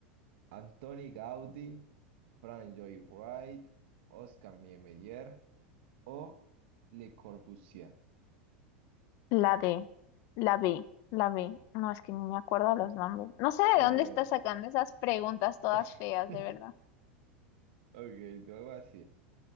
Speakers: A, on the right; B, on the left.
A: Antoni Gaudí, Frank Lloyd Wright, Oscar Niemeyer o Le Corbusier.
B: La D, la B, la B. No, es que ni me acuerdo los nombres. No sé
A: Ok.
B: de dónde está sacando esas preguntas todas
A: <laughs>
B: feas, de verdad.
A: Ok, te voy a decir.